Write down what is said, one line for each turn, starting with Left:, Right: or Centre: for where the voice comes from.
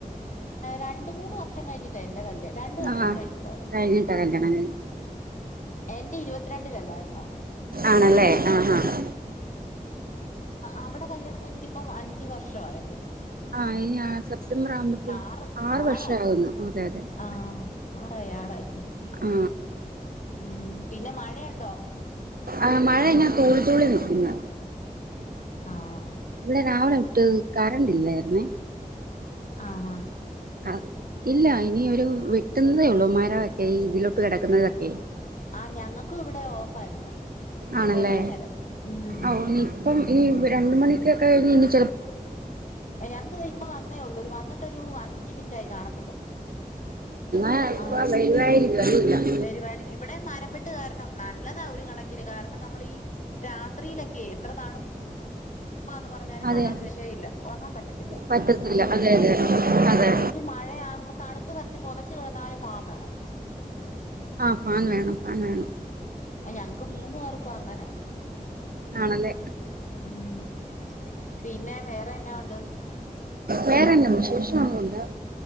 Left: രണ്ട് മൂന്ന് വർഷം കഴിഞ്ഞിട്ട് എന്റെ. കല്യാ രണ്ട് വർഷം
Right: ആഹ്
Left: കഴിഞ്ഞിട്ട് അവര്.
Right: കഴിഞ്ഞിട്ടാ കല്യാണം കഴിഞ്ഞ്
Left: എന്റെ ഇരുപ പത്രണ്ടിലല്ലായിന്നോ.
Right: ആണല്ലേ ആഹ് ആഹ്
Left: അവിടെ കല്യാണം കഴിഞ്ഞിട്ട് ഇപ്പം അഞ്ചു വർഷ ആയ.
Right: ആ ഇ സെപ്റ്റംബർ ആവുമ്പത്തേക്കും
Left: ആറ്
Right: ആറുവർഷം
Left: ആറായി
Right: ആകുന്നു. അതെ അതെ.
Left: ആഹ് ആറായി ആറായി.
Right: ആ
Left: ഉം പിന്നെ മഴയുണ്ടോ?
Right: ആ മഴ ഇന തുള്ളി തുള്ളി നിക്കുന്ന
Left: ആഹ്
Right: ഇവിടെ രാവിലെ <unintelligible> കറണ്ടല്ലായിന്നേ.
Left: ആ ഹ.
Right: ആ ഇല്ല. <unintelligible> കിടക്കുന്നതൊക്കെ
Left: ആഹ് ഞങ്ങക്കും ഇവിടെ ഓഫായിരുന്നു
Right: ആണല്ലേ.
Left: കൊറേ നേരം ഉം
Right: ഒ ഇപ്പൊ ഈ രണ്ട് മണി. <unintelligible>
Left: ഞങ്ങക്ക് ദെ ഇപ്പ വന്നേ ഉള്ളൂ ഒരു <unintelligible> ഒരു അഞ്ച് മിനിറ്റ് ആയി കാണത്തില്ല.
Right: ആ ഇപ്പ
Left: ആഹ്
Right: വരുവായിരിക്കും അറിയില്ല.
Left: വരുവായിരിക്കും ഇവിടെ മരം. <unintelligible> കാരണം നല്ലതാ ഒരു കണക്കിന്. കാരണം നമ്മളീ രാത്രിയിലൊക്കെ എത്ര തണു പ്പാന്ന് പറഞ്ഞല്ല്
Right: അതെ
Left: ഒരു രക്ഷയില്ല ഉറങ്ങാൻ പറ്റത്തില്ല.
Right: പറ്റത്തില്ല അതെ അതെ
Left: ആ
Right: അതെ
Left: എനിക്ക് മഴയാ തണുത്ത് വിറച്ച് പൊതച്ച് കിടന്നാലും ഒരു ഫാൻ വേണം.
Right: ആ ഫാൻ വേണം. അനാന്ന്
Left: ഞങ്ങക്ക് മൂന്ന് പേർക്കും അങ്ങനെ
Right: ആണല്ലേ
Left: ഉം പിന്നെ വേറെ എന്നാ ഉണ്ട്
Right: വേറെനാ വിശേഷം. <unintelligible>